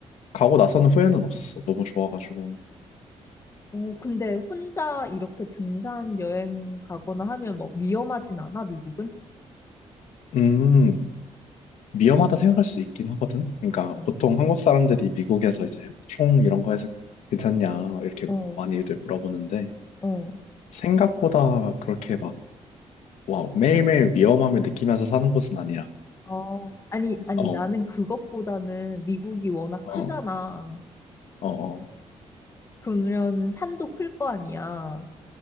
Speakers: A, on the left; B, on the left.
A: 가고 나서는 후회는 없었어. 너무 좋아가지고.
B: 어, 근데 혼자 이렇게 등산 여행 가거나 하면 막 위험하진 않아, 미국은?
A: 음, 위험하다 생각할 수 있긴 하거든. 그러니까
B: 어,
A: 보통 한국 사람들이 미국에서 이제 총 이런 거에서 괜찮냐 이렇게
B: 어,
A: 많이들 물어보는데
B: 어.
A: 생각보다 그렇게 막 와, 매일매일 위험함을 느끼면서 사는 곳은 아니라.
B: 어, 아니, 아니,
A: 어,
B: 나는 그것보다는 미국이 워낙
A: 어,
B: 크잖아.
A: 어, 어.
B: 그러면 산도 클 거 아니야.